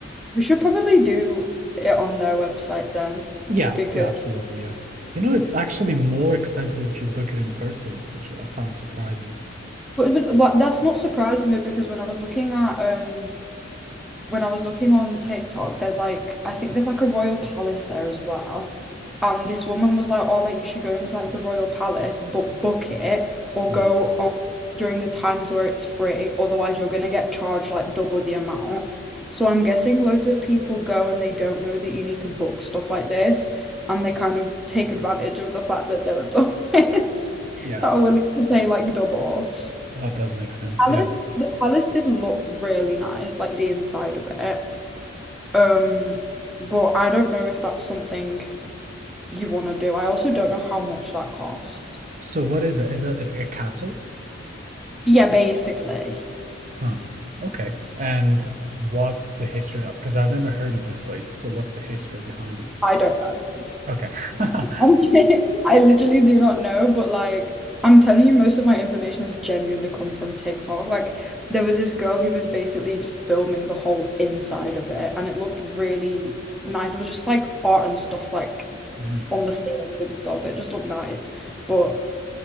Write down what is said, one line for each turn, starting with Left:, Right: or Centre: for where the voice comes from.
Centre: We should probably do it on their website then,
Right: Yeah,
Centre: because.
Right: yeah, absolutely. Yeah. You know, it's actually more expensive if you book it in person, which I found surprising.
Centre: Well, but what, that's not surprising though, because when I was looking at um when I was looking on TikTok, there's like I think there's like a royal palace there as well. And this woman was like, Oh, like you should go into like the royal palace, but book it or
Right: Mm.
Centre: go on during the times where it's free, otherwise you're gonna get charged like double the amount. So I'm guessing loads of people go and they don't know that you need to book stuff like this and they kind of take advantage of the fact that there are tourists <laughs>
Right: Yeah,
Centre: that are willing to pay like double
Right: that does make sense.
Centre: palace,
Right: Yeah.
Centre: the palace did look really nice, like the inside of it. Um, but I don't know if that's something you want to do. I also don't know how much that costs.
Right: So what is it? Is it a castle?
Centre: Yeah, basically.
Right: Huh. Okay. And what's the history of? Because I've never heard of this place. So what's the history behind it?
Centre: I don't know.
Right: Okay. <laughs>
Centre: I'm kidding. <laughs> I literally do not know, but like I'm telling you, most of my information has genuinely come from TikTok. Like there was this girl who was basically just filming the whole inside of it, and it looked really nice. It was just like art and stuff like
Right: Mm.
Centre: on the ceilings and stuff. It just looked nice. But